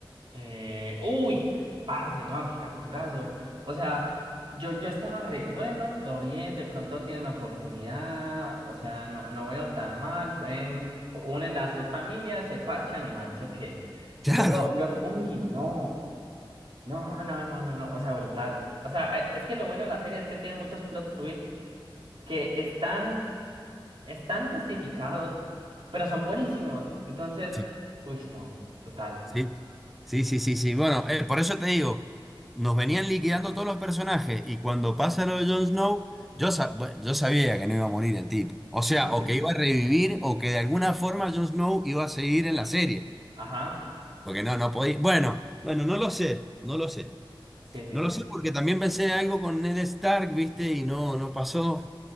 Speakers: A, on the right (about 70°); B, in the centre.
A: Eh, uy, parce, no, qué capitulazo. O sea, yo, yo estaba re bueno, todo bien, de pronto tienen oportunidad, o sea, no, no veo tan mal, pueden, unen las dos familias, se parchan y van, sí o qué.
B: Claro.
A: Luego, luego, uy, no, no, no, no, no, no, o sea, brutal. O sea, eh, es que lo bueno de la serie es que tiene muchos plot twists que están, están justificados, pero son buenísimos. Entonces,
B: Sí,
A: uy, no, brutal.
B: sí, sí, sí, sí, sí. Bueno, eh, por eso te digo, nos venían liquidando todos los personajes y cuando pasa lo de Jon Snow, yo, sa- bueno, yo sabía que no iba a morir el tipo. O sea,
A: Ujú,
B: o que iba a revivir o que de alguna forma Jon Snow iba a seguir en la serie.
A: Ajá,
B: Porque no, no podía. Bueno, bueno, no lo sé, no lo sé.
A: sí, sí,
B: No
A: sí.
B: lo sé porque también pensé algo con Ned Stark, ¿viste? Y no, no pasó.